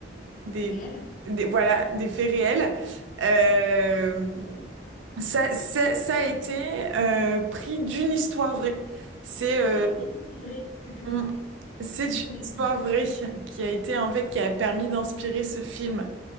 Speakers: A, on the right; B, on the left.
A: des,
B: réel.
A: des- voilà, des faits réels. Euh, ça, ça, ça a été euh, pris d'une histoire vraie. C'est euh,
B: Ah, mais oui, c'est vrai. Mmh, mmh.
A: on- c'est
B: Je
A: une
B: me souvenais
A: histoire
B: plus.
A: vraie qui a été en fait qui a permis d'inspirer ce film